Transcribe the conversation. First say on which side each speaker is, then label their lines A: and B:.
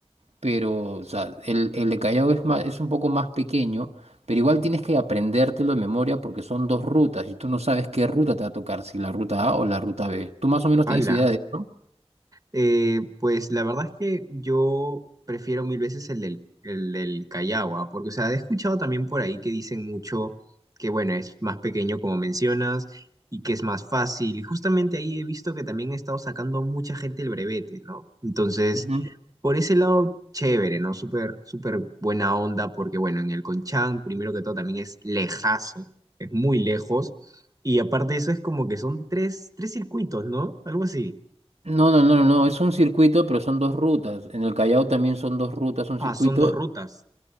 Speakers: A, on the right; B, on the right.
A: pero o sea, el, el de Callao es más, es un poco más pequeño, pero igual tienes que aprendértelo de memoria porque son dos rutas y tú no sabes qué ruta te va a tocar, si la ruta A o la ruta B. ¿Tú más o menos
B: Hala.
A: tienes idea de eso?
B: Eh, pues la verdad es que yo prefiero mil veces el del, el del Callao, ¿ah? porque, o sea, he escuchado también por ahí que dicen mucho que, bueno, es más pequeño como mencionas y que es más fácil. Y justamente ahí he visto que también ha estado sacando mucha gente el brevete, ¿no? Entonces,
A: Ujú.
B: por ese lado, chévere, ¿no? Súper, súper buena onda, porque, bueno, en el Conchán, primero que todo, también es lejazo, es muy lejos. Y aparte de eso, es como que son tres, tres circuitos, ¿no? Algo así.
A: No, no, no, no, no, es un circuito, pero son dos rutas. En el Callao también son dos rutas, un
B: Ah,
A: circuito,
B: son dos rutas.